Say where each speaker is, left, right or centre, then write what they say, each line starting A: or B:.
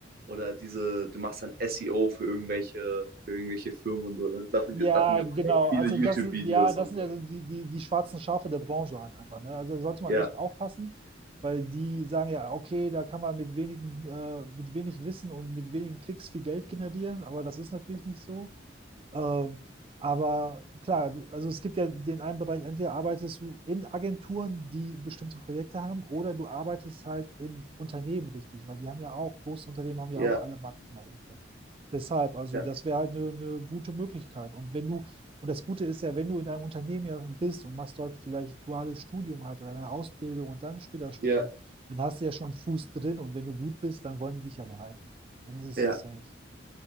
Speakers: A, on the right (about 50°); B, on the right (about 30°).
A: oder diese, du machst dann SEO für irgendwelche, für irgendwelche Firmen und so. Ne? Davon,
B: ja,
A: davon gibt
B: genau.
A: es echt viele
B: Also
A: YouTube-Videos
B: das, ist- ja, das
A: und
B: sind
A: so.
B: ja so die, die, die schwarzen Schafe der Branche halt einfach. Ne? Also da sollte man
A: Ja,
B: echt aufpassen, weil die sagen ja, okay, da kann man mit wenigen, äh, mit wenig Wissen und mit wenigen Klicks viel Geld generieren, aber das ist natürlich nicht so. Ähm, aber klar, du, also es gibt ja den einen Bereich, entweder arbeitest du in Agenturen, die bestimmte Projekte haben, oder du arbeitest halt in Unternehmen richtig, weil die haben ja auch, große Unternehmen haben ja
A: ja,
B: auch alle Marketingagenturen. Deshalb, also
A: ja,
B: das wäre halt eine, eine gute Möglichkeit. Und wenn du, und das Gute ist ja, wenn du in einem Unternehmen ja bist und machst dort vielleicht duales Studium halt oder eine Ausbildung und dann später Studium,
A: ja,
B: dann hast du ja schon einen Fuß drin und wenn du gut bist, dann wollen die dich ja behalten. Dann ist es
A: ja.
B: ja safe.